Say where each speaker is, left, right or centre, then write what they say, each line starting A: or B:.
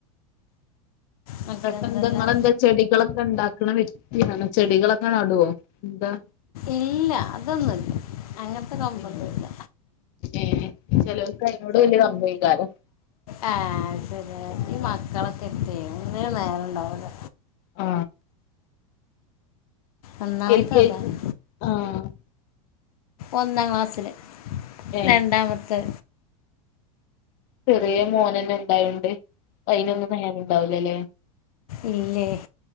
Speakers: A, on the left (about 80°); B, on the left (about 50°).
A: മറ്റെന്തെല്ലാം
B: ന്നട്ടെന്താ ങ്ങെളെന്താ ചെടികളൊക്കെ ഉണ്ടാക്ക്‌ണെ വ്യക്തിയാണോ ചെടികളൊക്കെ നടോ എന്താ
A: ഇല്ല അതൊന്നുംല്ല അങ്ങത്തെ കമ്പന്നൂ
B: ഏഹ്
A: ല്ല
B: ഏഹ് ചിലവർക്ക് അതിനോട് വല്യ കമ്പേക്കാരം.
A: ആഹ് ശരി ഈ മക്കളൊക്കെ ആയിട്ട് ഒന്നിനും നേരം ഇണ്ടാവൂല്ല.
B: ആ
A: ഒന്നാമത്തെ
B: എയ്ക്ക്ക്ക്
A: അതാണ്
B: ‌ ആഹ്
A: ഒന്നാം ക്ലാസ്സില്
B: ഏഹ്
A: രണ്ടാമത്തെ
B: ചെറിയ മോനന്നെ ഇണ്ടായോണ്ട് അയിനൊന്നും നേരം ഉണ്ടാവൂലല്ലേ?
A: ഇല്ലേയ്